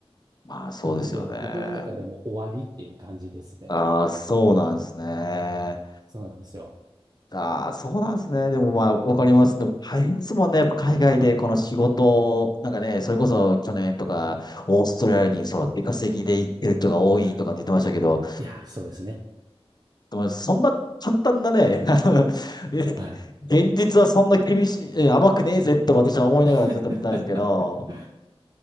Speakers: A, on the left; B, on the right.
A: まあそうですよね。
B: 感じで、僕の中ではもう終わりっていう感じですね。
A: ああ、そうなんですね。
B: そうなんですよ。
A: ああ、そうなんですね。でもまあ、わかります。でも大変ですもんね。やっぱ海外でこの仕事を、なんかね、それこそ去年とか、オーストラリアにその出稼ぎで行ってる人が多いとかって言ってましたけど、
B: はい。いや、そうですね。
A: でもそんな簡単なね、あのえ
B: はい。
A: 現実はそんな厳しい、え甘くねえぜと私は思いながらずっと見てたんですけど、
B: <laughs>